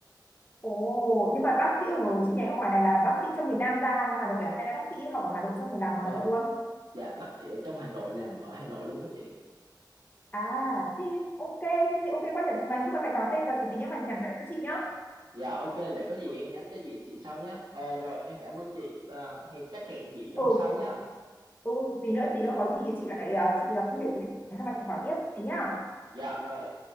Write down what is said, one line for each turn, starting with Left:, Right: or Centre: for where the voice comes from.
Left: Ồ, nhưng mà bác sĩ ở chi nhánh ở ngoài này là bác sĩ trong miền Nam ra Hà Nội à? Hay là bác sĩ học ở Hà Nội xong rồi làm ở
Right: Ờ,
Left: Hà Nội luôn?
Right: dạ bác sĩ ở trong Hà Nội làm ở Hà Nội luôn á chị.
Left: À, thì ok, thế thì ok quá nhỉ. Mày lúc mà mày nói tên rồi thì tí nữa mày nhắn lại cho chị nhá.
Right: Dạ ok, để có gì em nhắn cho chị chị sau nhé. Ờ, rồi em cảm ơn chị, Ờ, hẹn chắc hẹn chị
Left: Ừ,
Right: hôm sau nhé.
Left: ừ, tí nữa tí nữa có gì thì chị lại ờ, chị ờ, không hiểu thì mà chị hỏi tiếp thế nhá.
Right: Dạ rồi.